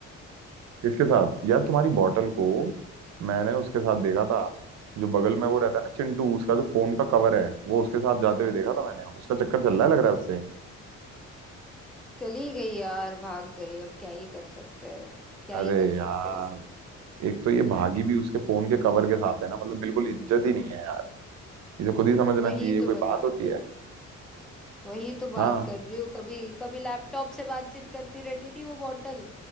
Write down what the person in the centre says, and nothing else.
चली गई यार भाग गई अब क्या ही कर सकते हैं क्या
ही कर सकते
हैं इसमें
वही
तो
बता
रहे
हो वही तो बात
कर रही हूँ कभी कभी लैपटॉप से बातचीत करती रहती थी वो बॉटल